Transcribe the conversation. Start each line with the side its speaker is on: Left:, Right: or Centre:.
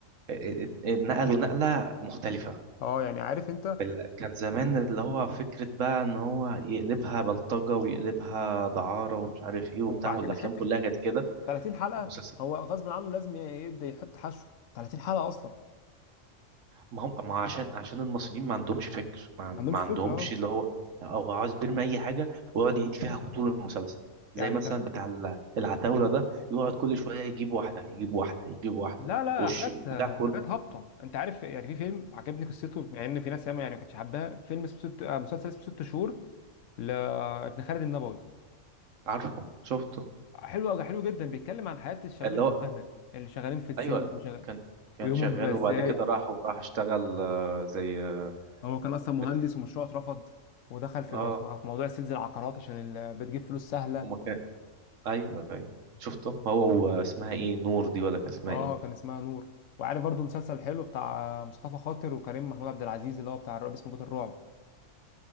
Right: ات- ات- نقلوا نقلة مختلفة
Left: اه يعني عارف انت
Right: ال- كان زمان اللي هو فكرة بقى ان هو يقلبها بلطجة ويقلبها دعارة ومش عارف ايه وبتاع
Left: وبعدين
Right: والافلام
Left: حته
Right: كلها كانت كده
Left: 30 حلقه
Right: المسلسل
Left: هو غصب عنه لازم يبدا يحط حشو 30 حلقه اصلا
Right: ما هم ما عشان عشان المصريين ما عندهمش فكر ما, عن-
Left: ما عندهمش
Right: ما عندهمش
Left: فكره اه
Right: اللي هو او عاوز بيرمي اي حاجة ويقعد يعيد فيها طول المسلسل زي
Left: يعني
Right: مثلا بتاع ال- العتاولة ده يقعد كل شوية يجيب واحدة يجيب واحدة يجيب واحدة
Left: لا لا
Right: والش
Left: حاجات
Right: بتاع كله
Left: حاجات هابطه انت عارف يعني في فيلم عجبني قصته مع ان في ناس ياما يعني ما كانتش حباها فيلم اسمه ست آه، مسلسل اسمه ست شهور لابن خالد النبوي
Right: عارفه شفته
Left: حلو قوي حلو جدا بيتكلم عن حياه الشباب
Right: اللي
Left: اللي
Right: هو
Left: شبهنا اللي شغالين في السيلز
Right: ايوه
Left: وشغال-
Right: كان كان
Left: ويومهم
Right: شغال
Left: بيبقى ازاي
Right: وبعد كده راح وراح اشتغل آه، زي آه،
Left: هو كان اصلا مهندس
Right: بت...
Left: ومشروعه اترفض ودخل في
Right: اه
Left: مص- في موضوع سيلز العقارات عشان ال- بتجيب فلوس سهله
Right: وما كان ايوه ايوه شفته هو واسمها ايه نور دي ولا كان اسمها
Left: اه
Right: ايه
Left: كان اسمها نور وعارف برضو مسلسل حلو بتاع مصطفى خاطر وكريم محمود عبد العزيز اللي هو بتاع الرعب اسمه بيت الرعب